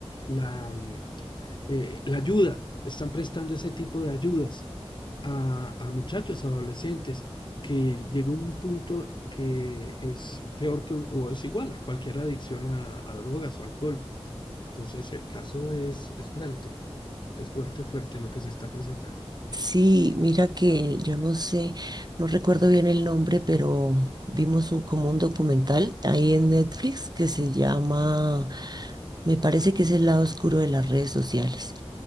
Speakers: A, on the left (about 45°); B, on the right (about 40°).
A: la, eh, la ayuda, están prestando ese tipo de ayudas a, a muchachos, adolescentes, que llega un punto que es peor que un, o es igual a cualquier adicción a, a drogas o alcohol. Entonces el caso es, es fuerte, es fuerte, fuerte lo que se está presentando.
B: Sí, mira que yo no sé, no recuerdo bien el nombre, pero vimos un- como un documental ahí en Netflix que se llama, me parece que es el lado oscuro de las redes sociales.